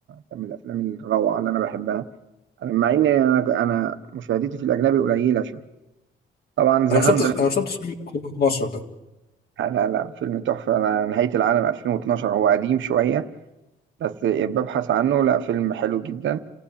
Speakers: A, on the right; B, on the left.
A: كان من الافلام الروعة اللي انا بحبها أنا- مع ان انا أنا مشاهدتي في الاجنبي قليلة شوية طبعا ذا
B: انا ما شفتش
A: هاند
B: انا ما شفتش فيلم 2012
A: لا لا لا، فيلم تحفة أنا نهاية العالم 2012 هو قديم شوية بس ببحث عنه لا فيلم حلو جدا